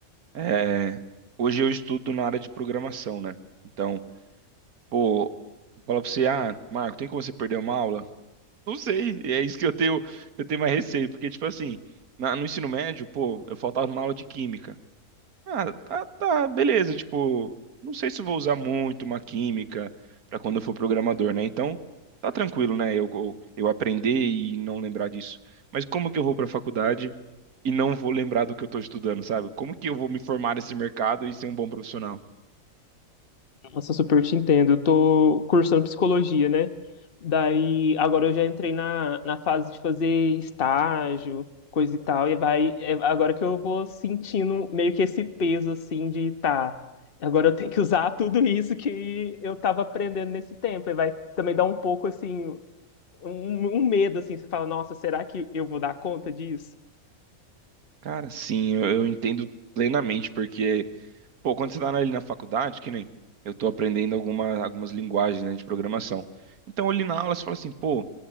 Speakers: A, on the right; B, on the left.
A: é, hoje eu estudo na área de programação, né? Então, pô, fala pra você, ah, Marco, tem como você perder uma aula? Não sei, e é isso que eu tenho, que eu tenho mais receio, porque, tipo assim, na- no ensino médio, pô, eu faltava uma aula de química. Ah, tá, tá, beleza. Tipo, não sei se eu vou usar muito uma química pra quando eu for programador, né? Então, tá tranquilo, né? Eu, eu, eu aprender e não lembrar disso. Mas como que eu vou pra faculdade e não vou lembrar do que eu tô estudando, sabe? Como que eu vou me formar nesse mercado e ser um bom profissional?
B: Nossa, super te entendo. Eu tô cursando psicologia, né? Daí, agora eu já entrei na, na fase de fazer estágio, coisa e tal, e vai, é agora que eu vou sentindo meio que esse peso, assim, de tá, agora eu tenho que usar <laughs> tudo isso que eu tava aprendendo nesse tempo, e vai também dar um pouco, assim, um, um medo, assim, você fala, nossa, será que eu vou dar conta disso?
A: Cara, sim, eu, eu entendo plenamente, porque. Pô, quando você tá ali na faculdade, que nem eu tô aprendendo alguma, algumas linguagens, né, de programação. Então, ali na aula, você fala assim, pô,